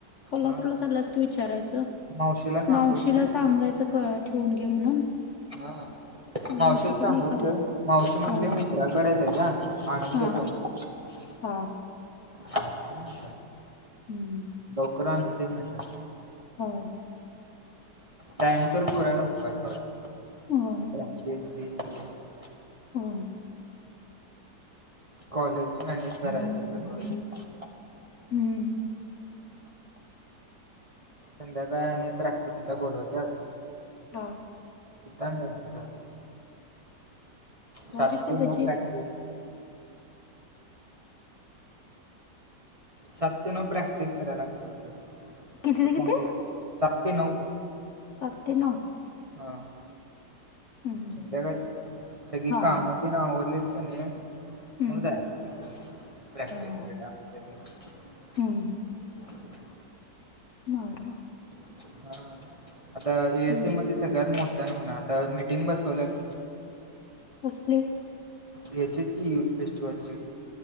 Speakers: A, on the left; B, on the right.
A: कोल्हापूरला
B: हा
A: चालास की विचारायचं
B: मावशीला सांगितलं
A: मावशीला
B: मी
A: सांगायचं क ठेवून घे म्हणून.
B: हा. मावशीला
A: मावशीकडे
B: सांगितलो
A: हे कराय
B: मावशी म्हणले
A: हा
B: मित्राकडे आहे त्याच्या आनंद
A: हा
B: देतो म <unintelligible>
A: हा
B: चालतय म्हटलं.
A: हम्म.
B: लवकर आणून दे म्हटल.
A: हो.
B: टाइम तर पूरा नको काय तेवढा.
A: होय.
B: <unintelligible>
A: हो
B: कॉलेज मॅनेज करायचंय सगळ ते
A: हम्म. <inaudible>
B: संध्याकाळी आणि प्रॅक्टिसला बोलवत्यात.
A: हो.
B: त्यामुळेच ह.
A: भारीत
B: सात
A: की
B: ते नऊ
A: भजी
B: प्रॅक्टिस. सात ते नऊ प्रॅक्टिस करायला लागते म्हटलं
A: किती
B: आता
A: ते किती
B: सात ते नऊ.
A: सात ते नऊ.
B: हा
A: हम्म
B: संध्याकाळी सगळी
A: हा
B: काम
A: हा
B: तेन आवरलेत कणी
A: हम्म
B: म जायच प्रॅक्टिसला
A: हा हा
B: डान्स तेन
A: हम्म
B: <inaudible>
A: बर.
B: हा आता एएसी
A: हम्म
B: मध्ये सगळ्यात मोठ्यानं होणार आता मीटिंग बसवल्यात.
A: कसली..
B: ह्याचीच की युथ फेस्टिवलची.